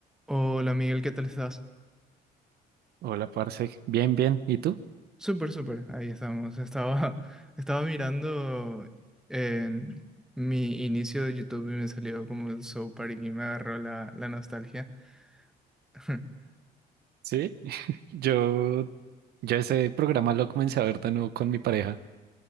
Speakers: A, in the centre; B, on the right (about 70°).
A: Hola Miguel, ¿qué tal estás?
B: Hola, parce. Bien, bien. ¿Y tú?
A: Súper, súper, ahí estamos. Estaba, <laughs> estaba mirando en mi inicio de YouTube y me salió como el Soul Park y me agarró la, la nostalgia. <laughs>
B: Sí, Yo, yo ese programa lo comencé a ver de nuevo con mi pareja.